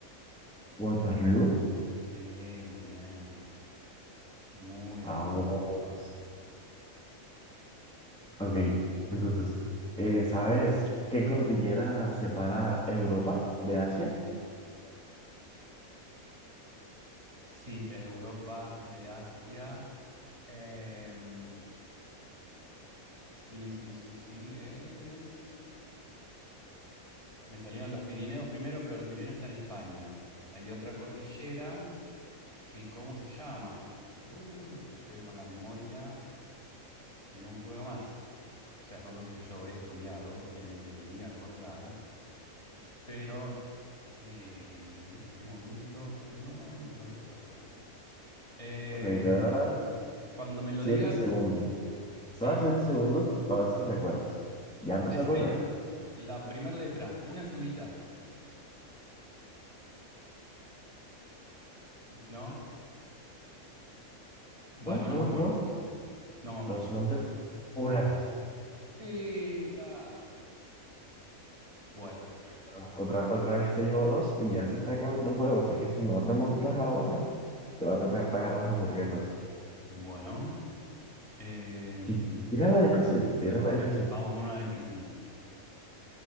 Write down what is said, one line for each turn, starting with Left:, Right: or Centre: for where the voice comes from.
Centre: Waterloo.
Right: Sí, muy bien, muy
Centre: Vamos.
Right: bien.
Centre: Ok, entonces, eh, ¿sabes qué cordillera separa Europa de Asia?
Right: Sí, Europa de Asia. Em, sí, sí, sí, sí, es... Me salieron los Pirineos primero, pero los Pirineos están en España. Hay otra cordillera que, ¿cómo se llama? Uy, que estoy con la memoria que no puedo más. O sea, son cosas que yo he estudiado y que me debería acordar, pero eh, en este momento no me estoy acordando. Eh,
Centre: Ok, te voy a dar
Right: cuando me lo
Centre: siete
Right: digas,
Centre: segundos.
Right: Sí,
Centre: Te voy a dar siete segundos para ver si recuerdas. Ya empezó
Right: decime
Centre: a correr.
Right: el- la primera letra, una ayudita, ¿no? Bueno,
Centre: No,
Right: no
Centre: no,
Right: me acuerdo,
Centre: no.
Right: no me acuerdo.
Centre: Los montes Urales.
Right: Sí, claro. Bueno,
Centre: Bueno, otra, otra vez te llevo dos y ya se está acabando el juego, así que si no remontas ahora, te va a tocar pagar las hamburguesas.
Right: bueno, em,
Centre: Sí, tírala difícil, tírala difícil.
Right: vamos con una difícil.